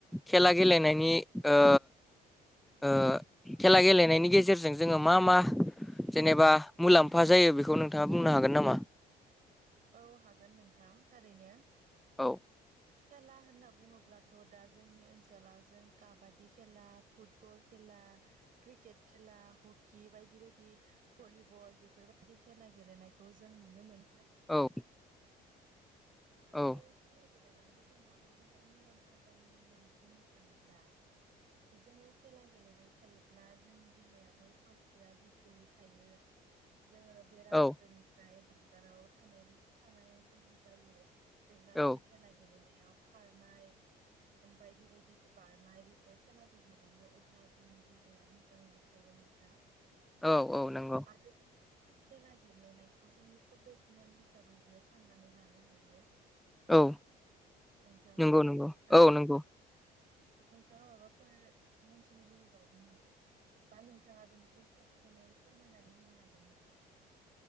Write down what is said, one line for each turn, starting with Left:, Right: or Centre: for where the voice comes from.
Centre: खेला गेलेनायनि ओ ओ खेला गेलेनायनि गेजेरजों जोङो मा मा जेनेबा मुलाम्फा जायो बेखौ नोंथाङा बुंनो हागोन नामा?
Right: औ हागोन नोंथां थारैनो
Centre: औ
Right: खेला होनना बुङोब्लाथ' थ' दा जोंनि ओनसोलाव जों काबादि खेला फुटबल खेला। क्रिकेट खेला हकि बायदि बायदि। भलिबल बेफोरबायदि खेला गेलेनायखौ जों नुनो मोनो। आरो नोंथां
Centre: औ औ
Right: आरो खेला गेलेनानै जों माबायदिहाय मुलाम्फा जायो होननानै बुंनो थाङोब्ला जोङो खेला गेलेबाय थायोब्ला जोंनि देहायाबो सावस्रि या गोगोयै थायो जोङो बेराम
Centre: औ
Right: आजारनि ओमफ्राय जानगाराव थानाय बाय थानाय बायदि जायो जेब्ला
Centre: औ
Right: जों खेला गेलेनायाव खारनाय बायदि बायदि बारनाय बेफोर खेलाखौ गेलेयो अब्ला जोंनि देहाया मोजाङैनो थायो नों थां
Centre: औ औ नंगौ
Right: आरो जोङो खेला गेलेनायखौ जोंनि प्रफेसनेल हिसाबैबो साननानै लानो हायो।
Centre: औ
Right: नोंथां
Centre: नोंगौ नोंगौ
Right: आरो
Centre: औ नोंगौ
Right: नोंथाङा माबाफोर मोनथिनो लुबैबावदों नामा बा नों थाङा बेनिख्रुइ साबसिनै फोरमायनानै होनो हागोन नामा?